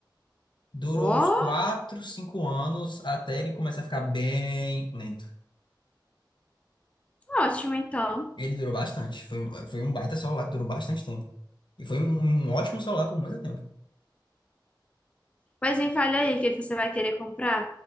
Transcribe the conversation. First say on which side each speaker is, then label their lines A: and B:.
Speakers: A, on the left (about 75°); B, on the left (about 15°).
A: Durou
B: Oh,
A: uns 4, 5 anos até ele começar a ficar bem lento.
B: ótimo, então.
A: Ele durou bastante. Foi, um- foi um baita celular que durou bastante tempo. E foi um um ótimo celular por muito tempo.
B: Pois me fale aí, o que que você vai querer comprar?